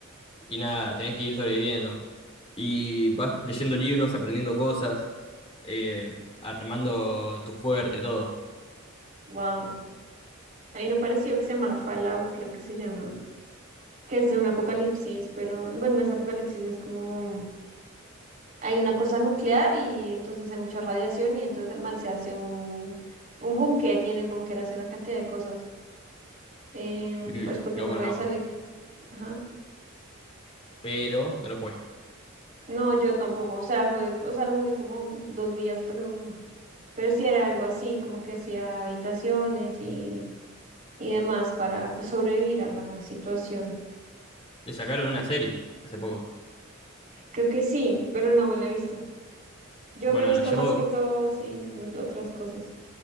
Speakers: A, on the left (about 30°); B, on the right (about 40°).
A: y nada, tenés que ir sobreviviendo. Y vas leyendo libros, aprendiendo cosas, eh, armando tu fuerte, todo.
B: wow. Hay uno parecido que se llama Fallout, creo que se llama, que es de un apocalipsis, pero bueno, ese apocalipsis es como hay una cosa nuclear y entonces hay mucha radiación y entonces el man se hace un, un búnker y en el búnker hace una cantidad de cosas, em,
A: L-
B: pues porque
A: Lo
B: no
A: conozco,
B: puede salir. Ajá.
A: pero no lo jugué.
B: No, yo tampoco, o sea, fue, o sea, lo jugué como un- dos días, pero, pero sí era algo así, como que hacía habitaciones y, y demás para pues, sobrevivir a la situación.
A: Le sacaron una serie hace poco.
B: Creo que sí, pero no me la he visto. Yo
A: Bueno,
B: me he visto
A: Ana, yo
B: más que todo, sí, muchas otras cosas.